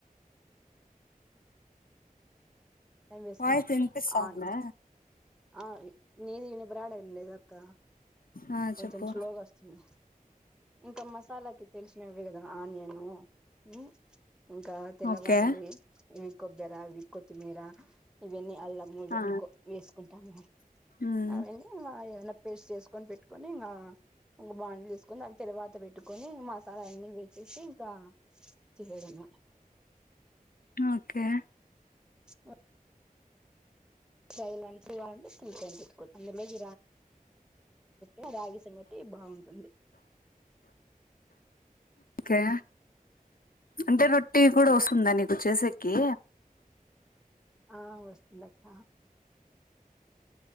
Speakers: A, in the centre; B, on the left (about 70°).
A: టైం వేసుకు
B: వాయిస్ వినిపిస్తాందా
A: అది ఆ నీది నిపురాడం లేద అక్క
B: ఆ
A: కొంచెం
B: చెప్పు
A: స్లోగా వస్తుంది ఇంకా మసాలాకి తెలిసినవి కదా ఆనియను ఉ ఇంకా తెల్లవాయులు
B: ఓకే
A: ఇ ఇ కొబ్బర అది కొత్మీరా ఇవేన్ని అలమో ఇవన్నీ
B: ఆ
A: కో వేసుకుంటాము
B: ఉమ్
A: అవన్నీ నా ఏదనా పేస్ట్ చేసుకొని పెట్టుకొని ఇంకా ఒక బాంలు వేసుకొని అని తర్వాత పెట్టుకొని మసాలా అన్నీ వేసేసి ఇంకా చేయడమ్మా
B: ఓకే
A: ఒ సైల అన్స్ గా ఉండి అందరితోను పెట్టుకుంది ఇగ రాగి సంగటి బాగుంటుంది
B: కే అంటే రొట్టి కూడా వస్తుందా నీకు పుచ్చేసకి
A: ఆ వస్తుంది అక్క